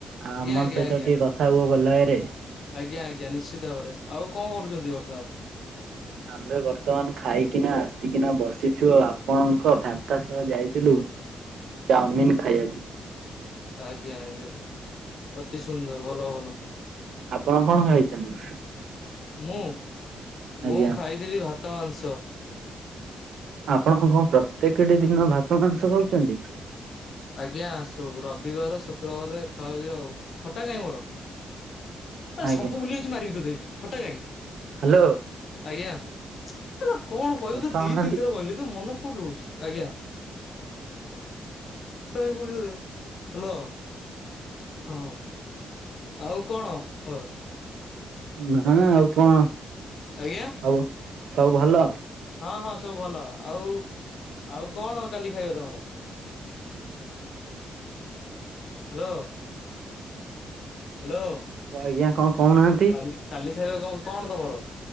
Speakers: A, on the right (about 75°); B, on the left (about 50°).
A: ଆମ
B: ଆଜ୍ଞା
A: ସହିତ
B: ଆଜ୍ଞା।
A: ଟିକେ କଥା ହୁବ ଭଲ ଭାବରେ।
B: ଆଜ୍ଞା ଆଜ୍ଞା ନିଶ୍ଚିତ ଭାବରେ ଆଉ କଣ କରୁଛନ୍ତି ବର୍ତ୍ତମାନ।
A: ଆମ୍ଭେ ବର୍ତ୍ତମାନ ଖାଇକିନା ଆସିକିନା ବସିଛୁ ଆପଣଙ୍କ ଭ୍ରାତା ସହ ଯାଇଥିଲୁ। ଚାଉମିିନ ଖାଇଆକୁ।
B: ଆଜ୍ଞା ଆଜ୍ଞା ଅତି ସୁନ୍ଦର ଭଲ ଭଲ।
A: ଆପଣ କଣ ଖାଇଚନ୍ତି?
B: ମୁଁ ମୁଁ
A: ଆଜ୍ଞା
B: ଖାଇଥିଲି ଭାତ ମାଂସ।
A: ଆପଣ କଣ ପ୍ରତ୍ୟେକେଟି ଦିନ ଭାତ ମାଂସ ଖାଉଚନ୍ତି?
B: ଆଜ୍ଞା ଶ ରବିବାର ଶୁକ୍ରବାରରେ ଖାଉଚି ଆଉ ଖଟା କାଇଁ ମୋର। ଏସବୁ
A: ଆଜ୍ଞା
B: ଭୁଲିଯାଉଚୁ ମାରିବି ତତେ ଏଠି ଖଟା କାଇଁ।
A: ହାଲୋ।
B: ଆଜ୍ଞା ଏରା କଣ କହିବି
A: କଥା
B: ତତେ ଦି
A: ହଉନାହାନ୍ତି
B: ତିନିଥର କହିଲି ତୋ ମନ କୋଉଠି ରହୁଚି? ଆଜ୍ଞା <unintelligible> ହାଲୋ ହଁ ଆଉ କଣ ହୋର
A: ନା ଆଉ କଣ
B: ଆଜ୍ଞା
A: ସବୁ ସବୁ ଭଲ?
B: ହଁ ହଁ ସବୁ ଭଲ ଆଉ ଆଉ କଣ କାଲି ଖାଇବା ତମର?
A: <unintelligible>
B: ହାଲୋ। ହାଲୋ।
A: ହ ଆଜ୍ଞା କଣ କହୁନାହାନ୍ତି?
B: ପୁରି କାଲି ଖାଇବା କ କଣ ତମର?